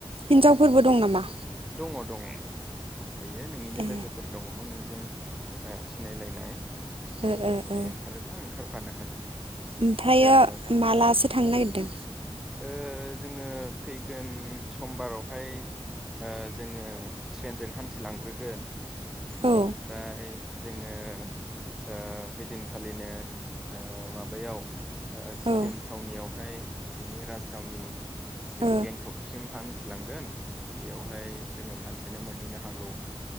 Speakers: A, on the right; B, in the centre.
A: हिनजावफोरबो दं नामा
B: दङ दङ दं। फायो नोंनिनो
A: ए
B: लोगोफोर दङ नों जों ए सिनायलायनाय उम्म
A: ओ ओ
B: जुदि
A: ओ
B: ओंखारोबा ओंखारफानो हागोन
A: ओमफ्रायो
B: ओ
A: मालासो थांनो नागिरदों
B: ओ जोङो फैगोन समबारावहाय जोङो ट्रेनजों हान्थिलांग्रोगोन।
A: औ
B: बेनिफ्राय जोङो ओ हैदिनखालिनो माबायाव ओ सिक्किम
A: औ ओ
B: थावनियावहाय बिनि राजथावनि सिम
A: औ
B: गेंथबसिमहान मिथिलांगोन बेयावहाय जोङो सानसेनो मोन नैनो हागौ।